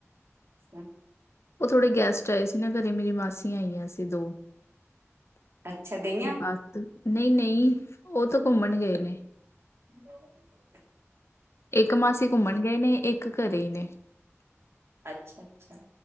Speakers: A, on the right; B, on the left.
A: ਅੱਛਾ।
B: ਔ ਥੋੜੇ ਗੈਸਟ ਆਏ ਸੀ ਨਾ ਘਰੇ, ਮੇਰੀ ਮਾਸੀਆਂ ਆਈਆਂ ਸੀ ਦੋ।
A: ਅੱਛਾ, ਗਈਆਂ?
B: ਆਤ ਨਹੀਂ ਨਹੀਂ, ਓਹ ਤਾਂ ਘੁੰਮਣ ਗਏ ਨੇ।
A: ਜਗਾਵਾਂ ਵੀ ਕਿਓਂ?
B: ਇੱਕ ਮਾਸੀ ਘੁੰਮਣ ਗਏ ਨੇ ਇੱਕ ਘਰੇ ਈ ਨੇ।
A: ਅੱਛਾ, ਅੱਛਾ।